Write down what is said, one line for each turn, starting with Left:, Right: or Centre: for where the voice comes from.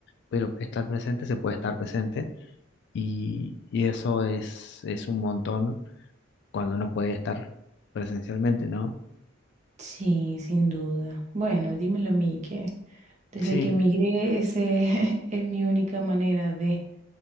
Left: pero estar presente se puede estar presente y, y eso es, es un montón cuando no puede estar presencialmente, ¿no?
Right: Sí, sin duda. Bueno, dímelo a mí, que desde
Left: Sí,
Right: que emigré ese <laughs> es mi única manera de...